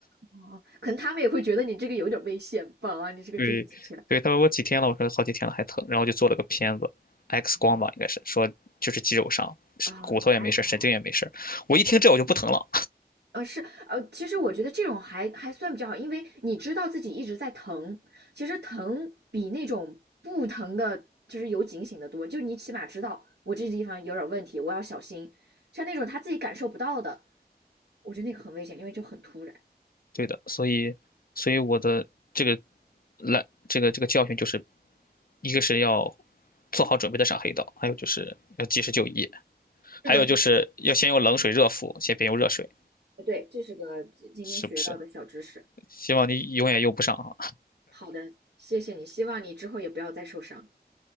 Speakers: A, on the right; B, on the left.
A: 哦，可能他们也会觉得你这个有点危险吧？啊你这个真的听起来，
B: 对，对，他问我几天了，我说好几天了还疼，然后就做了个片子，X 光吧应该是，
A: 哦
B: 说就是肌肉伤，是骨头也没事儿，
A: 啊，还好，
B: 神经也没事儿。我一听这我就不疼了。
A: 呃，是，呃，其实我觉得这种还还算比较好，因为你知道自己一直在疼，其实疼比那种不疼的，就是有警醒的多，就你起码知道我这地方有点问题，我要小心。像那种他自己感受不到的，我觉得那个很危险，因为就很突然。
B: 对的，所以，所以我的这个来这个这个教训就是，一个是要做好准备的上黑道，还有就是要及时就医。还有就是要先用冷水热敷，
A: 是的，是的，
B: 先别用热水，
A: 对，这是个今天学到的小知识。
B: 是不是？希望你永远用不上啊。
A: 好的，谢谢你，希望你之后也不要再受伤。